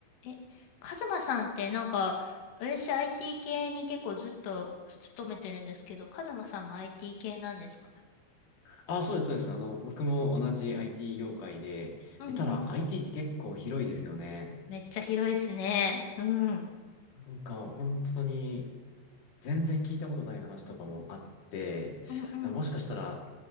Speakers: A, on the left; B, on the left.
A: え、カズマさんってなんか、私 IT 系に結構ずっと勤めてるんですけど、カズマさんも IT 系なんですか
B: あ、そうです、そうです。あの、僕も同じ IT 業界で、
A: うんうん。
B: でただ IT って結構広いですよね。
A: めっちゃ広いですね。うん。
B: なんか本当に全然聞いたことない話とかもあって、
A: うんうん。
B: もしかしたら